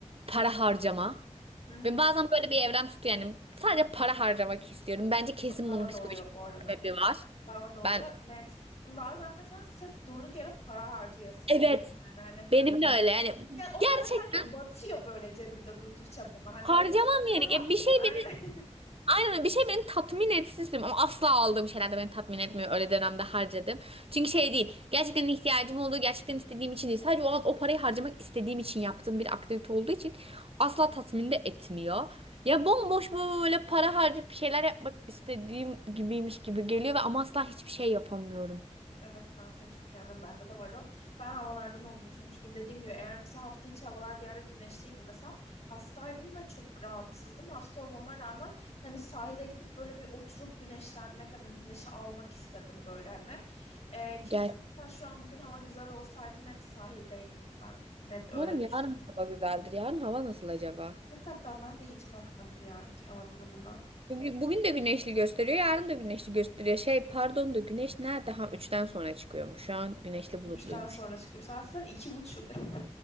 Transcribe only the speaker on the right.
Para harcama.
Ben bazen böyle bir evrem tutuyor yani. Sadece para harcamak istiyorum. Bence kesin
bunun psikolojik
bir
sebebi var.
Ben
evet
Benim de öyle yani
gerçekten
harcamam
yani E, bir şey
beni
aynen öyle, bir şey beni tatmin etsin istiyorum ama asla aldığım şeyler de beni tatmin etmiyor öyle dönemde harcadım. Çünkü şey değil gerçekten ihtiyacım olduğu gerçekten istediğim için değil sadece o an o parayı harcamak istediğim için yaptığım bir aktivite olduğu için asla tatmin de etmiyor. Ya bomboş böyle para harcayıp bir şeyler yapmak istediğim gibiymiş gibi geliyor ve ama asla hiçbir şey yapamıyorum.
Gerçekten.
Umarım
yarın hava güzeldir. Yarın hava nasıl acaba?
Bugün, bugün de güneşli gösteriyor, yarın da güneşli gösteriyor. Şey, pardon da güneş nerede? Ha, üçten sonra çıkıyormuş. Şu an güneşli
bulutluymuş.